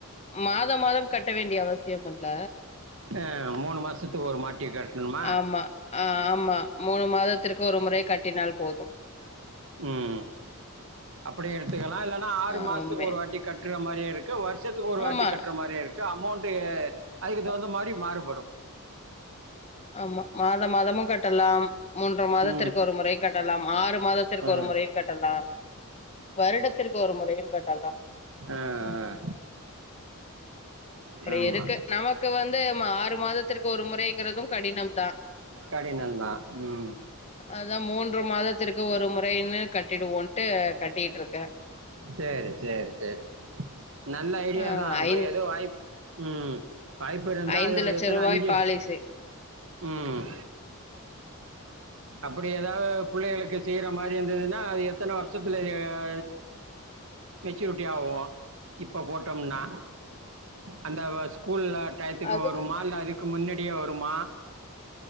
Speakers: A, on the left; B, on the right.
A: மாதம் மாதம் கட்ட வேண்டிய அவசியம் இல்ல
B: ஆ மூணு மாசத்துக்கு ஒரு மாட்டி கட்ணுமா
A: ஆமா ஆ ஆமா மூணு மாதத்திற்கு ஒரு முறை கட்டினால் போது
B: கட்டினால் போது ம் அப்டியு எடுத்துக்கலா இல்லன்னா ஆறு
A: ஆமே
B: மாசத்துக்கு ஒரு வாட்டி கட்ற மாரியே இருக்கு வருஷத்துக்கு ஒரு வாட்டி
A: ஆமா
B: கட்ற மாரியு இருக்கு அமௌண்ட்டு அதுக்கு
A: ஆமா
B: தகுந்த மாரி மாறுபடு
A: ஆமா மாத மாதமு கட்டலா மூன்ற மாதத்திற்கு
B: ம்
A: ஒரு முறை கட்டலாம் ஆறு மாதத்திற்கு
B: ஆ
A: ஒரு முறை கட்டலா வருடத்திற்கு ஒரு முறையு கட்டலா
B: ஆ ஆ ஆ
A: அப்டி
B: ஆமா
A: இருக்கு நமக்கு வந்து ஆறு மாதத்திற்கு ஒரு முறைங்கிறதும் கடினம் தான்
B: கடினம் தா ம்
A: அதா மூன்று மாதத்திற்கு ஒரு முறைன்னு கட்டிடுவோன்ட்டு கட்டிட்டு இருக்க
B: சேரி சேரி சேரி நல்ல ஐடியாதா
A: ஆ
B: அப்டி
A: ஐ
B: எதோ வாய்ப் ம் வாய்ப்பு இருந்தா
A: ஐந்து
B: அது ஒரு
A: லட்ச
B: எத்தன
A: ரூபாய்
B: அஞ்சு
A: பாலிசி
B: ம் அப்டி எதாது புள்ளைகளுக்கு செய்ற மாரி இருந்ததுன்னா எத்தன வருஷத்துல ஆ மெச்சூரிட்டி ஆவு இப்ப போட்டம்னா அந்த ஸ்கூல்ல டைத்துக்கு
A: அது
B: வருமா
A: வந்து
B: இல்ல அதுக்கு முன்னடி வருமா